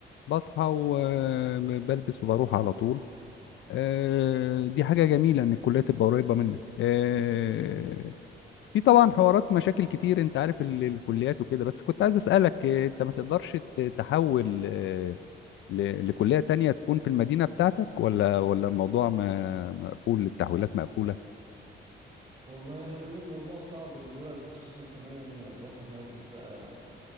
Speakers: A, on the left; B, on the right.
A: بصحى وبلبس وبروح على طول آه، دي حاجة جميلة إن الكلية تبقى قريبة منك آه، في طبعا حوارات مشاكل كتير انت عارف ال- الكليات وكده بس كنت عايز اسالك آه، انت ما تقدرش ت- تحول آه، ل- لكليه تانية تكون في المدينه بتاعتك ولا ولا الموضوع ما- مقفول التحويلات مقفوله
B: والله يا حبيبي الموضوع صعب دلوقتي خصوصا كمان ان الواحد مركز بقى